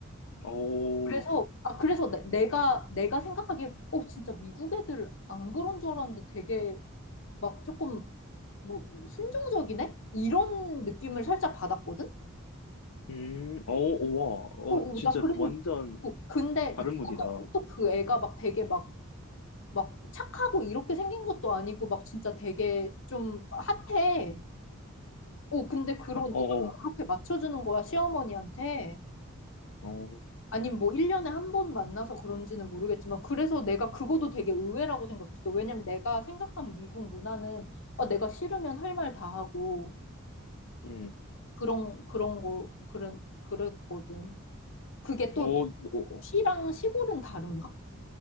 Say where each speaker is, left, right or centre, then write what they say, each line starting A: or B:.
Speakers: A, on the left (about 80°); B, on the left (about 65°).
A: 오,
B: 그래서 아 그래서 내, 내가 내가 생각하기에 어 진짜 미국 애들 안 그런 줄 알았는데 되게 막 조금 뭐 순종적이네? 이런 느낌을 살짝 받았거든.
A: 음, 오, 오,
B: 어, 어,
A: 와, 어, 진짜
B: 나 그리고
A: 완전
B: 어, 근데
A: 다른 분이다.
B: 또그 애가 막 되게 막 막 착하고 이렇게 생긴 것도 아니고 막 진짜 되게 좀 핫해. 어, 근데 그런
A: <laughs> 어,
B: 애가
A: 어,
B: 그렇게 맞춰주는 거야, 시어머니한테.
A: 응. 어,
B: 아님 뭐 1년에 한 번 만나서 그런지는 모르겠지만 그래서 내가 그거도 되게 의외라고 생각했어. 왜냐면 내가 생각한 미국 문화는 어, 내가 싫으면 할 말 다 하고
A: 음,
B: 그런 그런 거 그런 그랬거든. 그게 또
A: 어, 어,
B: 시랑 시골은 다른가?